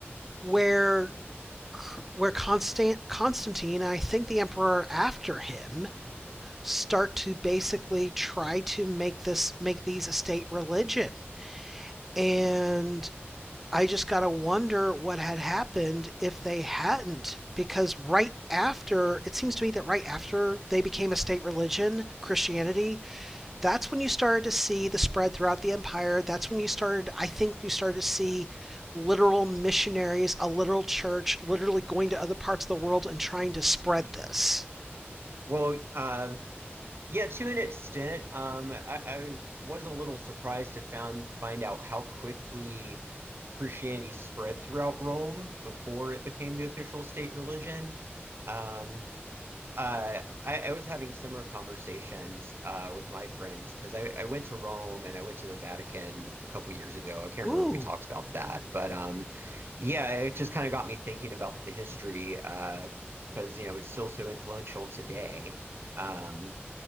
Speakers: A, in the centre; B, on the right.
A: where where Constant Constantine and I think the emperor after him start to basically try to make this make these a state religion. And I just got to wonder what had happened if they hadn't because right after it seems to me that right after they became a state religion, Christianity that's when you started to see the spread throughout the empire. That's when you started, I think you started to see literal missionaries, a literal church, literally going to other parts of the world and trying to spread this.
B: Well, uh, yeah, to an extent, um, I, I was a little surprised to found find out how quickly Christianity spread throughout Rome before it became the official state religion. Um, Uh, I, I was having similar conversations uh, with my friends because I, I went to Rome and I went to the Vatican a couple years ago. I can't remember
A: Ooh,
B: if we talked about that, but um, yeah, it just kind of got me thinking about the history uh, because you know it's still so influential today. Um,